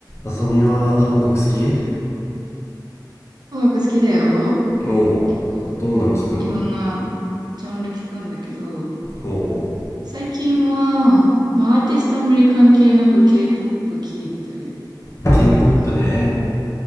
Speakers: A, on the left (about 35°); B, on the right (about 60°).
A: あさみは音楽好き
B: 音楽好きだよ。
A: おお
B: 結構
A: どんなん聞くの
B: いろんなジャンル聞くんだけど、
A: ほうほ
B: 最近は、まあアーティストあんまり関係なく K-POP 聞いたり
A: う
B: が多いかな。
A: K-POP ね